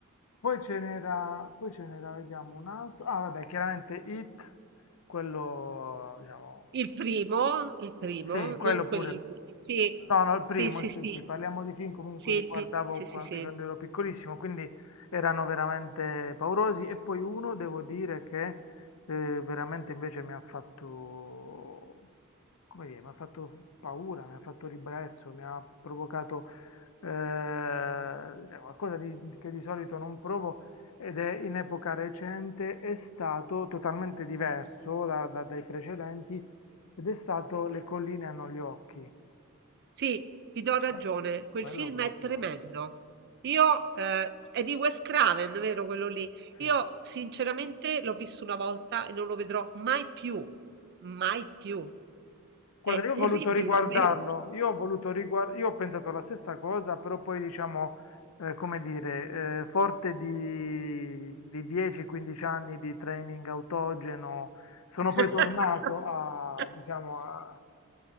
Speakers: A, on the left; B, on the right.
A: Poi ce n'era, poi ce n'era, vediamo un altro. Ah, vabbè, chiaramente It, quello, diciamo,
B: Il primo, il primo,
A: Sì, quello
B: non quello.
A: pure.
B: Sì,
A: No, no, il primo,
B: sì, sì, sì.
A: sì, sì, parliamo di film comunque
B: Sì,
A: che
B: il
A: guardavo
B: pi- sì,
A: quan-
B: sì, sì.
A: quando, ero piccolissimo, quindi erano veramente paurosi. E poi uno, devo dire che eh, veramente invece mi ha fatto, come dire, mi ha fatto paura, mi ha fatto ribrezzo, mi ha provocato eh, cioè, qualcosa di- che di solito non provo ed è in epoca recente, è stato totalmente diverso da- da- dai precedenti ed è stato Le colline hanno gli occhi.
B: Sì, ti do ragione,
A: Que-
B: quel
A: Quello
B: film
A: proprio,
B: è tremendo. Io, eh, è di Wes Craven, vero quello lì?
A: sì.
B: Io sinceramente l'ho visto una volta e non lo vedrò mai più, mai più.
A: Guarda,
B: È
A: io
B: terribile,
A: ho voluto riguardarlo,
B: è vero?
A: io ho voluto riguard- io ho pensato la stessa cosa, però poi diciamo, eh, come dire, eh, forte di, di 10-15 anni di training autogeno, sono
B: <laughs>
A: poi tornato a, diciamo, a-